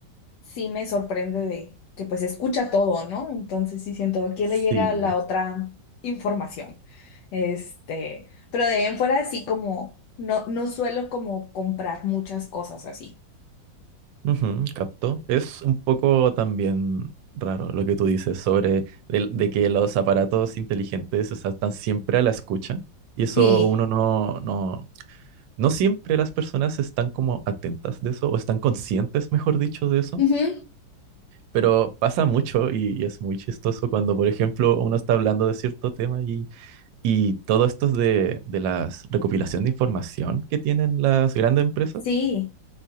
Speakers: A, on the left (about 70°); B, on the right (about 80°).
A: sí me sorprende de que pues escucha todo, ¿no? Entonces sí siento, ¿a quién le
B: Sí.
A: llega la otra información? Este, pero de ahí en fuera sí como, no, no suelo como comprar muchas cosas así.
B: Ujú, capto. Es un poco también raro lo que tú dices sobre el- de, que los aparatos inteligentes, o sea, están siempre a la escucha y eso
A: Sí.
B: uno no, no, no siempre las personas están como atentas de eso o están conscientes, mejor dicho, de eso,
A: Ujú,
B: pero pasa mucho y, y es muy chistoso cuando, por ejemplo, uno está hablando de cierto tema y, y todo esto es de, de las recopilación de información que tienen las grandes empresas.
A: Sí,